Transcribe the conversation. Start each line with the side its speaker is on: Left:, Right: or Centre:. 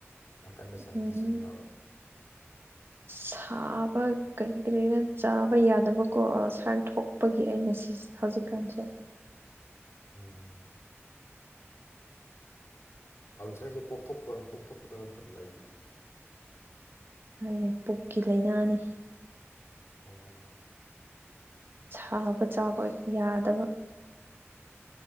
Left: ꯅꯥꯀꯟꯗ ꯁꯥꯏꯠ
Right: ꯎꯝ
Left: ꯗꯤꯖ ꯑꯃ ꯌꯥꯎꯔꯒ
Right: ꯁꯥꯕ ꯀꯔꯤ ꯀꯔꯤꯅ ꯆꯥꯕ ꯌꯥꯗꯕꯀꯣ ꯑꯜꯁꯥꯔ ꯊꯣꯛꯄꯒꯤ ꯑꯩꯅ ꯁꯤ ꯍꯧꯖꯤꯛꯀꯥꯟꯁꯦ
Left: ꯎꯝ ꯑꯜꯁꯔꯁꯦ ꯄꯣꯛꯊꯣꯛꯄꯗꯧ ꯄꯣꯛꯊꯣꯛꯄꯗꯣ ꯅꯠꯇ꯭ꯔ ꯂꯩꯗ
Right: ꯎꯝ ꯄꯨꯛꯀꯤ ꯂꯥꯏꯅꯥꯅꯤ
Left: ꯑꫭ
Right: ꯁꯥꯕ ꯆꯥꯕ
Left: ꯑꯁ
Right: ꯌꯥꯗꯕ